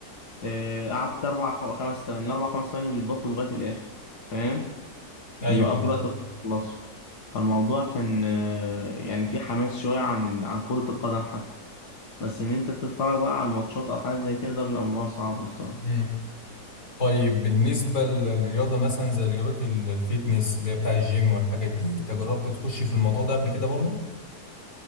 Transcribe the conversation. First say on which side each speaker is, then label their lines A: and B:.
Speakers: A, on the left; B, on the left.
A: آه، قعدت أربع خ- خمس ثواني الأربع خمس ثواني بيتضافوا لغاية الآخر فاهم
B: ايوه
A: بيوقفوا
B: ايوه
A: الوقت ويخلصوا فالموضوع كان آه، يعني في حماس شوية عن عن كرة القدم حتى بس إن أنت تتفرج بقى على الماتشات أو حاجة زي كده ده بيبقى موضوع صعب الصراحة
B: امم طيب بالنسبه للرياضه مثلا زي رياضه ال- الفيتنس اللي هي بتاع الجيم والحاجات دي انت جربت تخش في الموضوع ده قبل كده برضو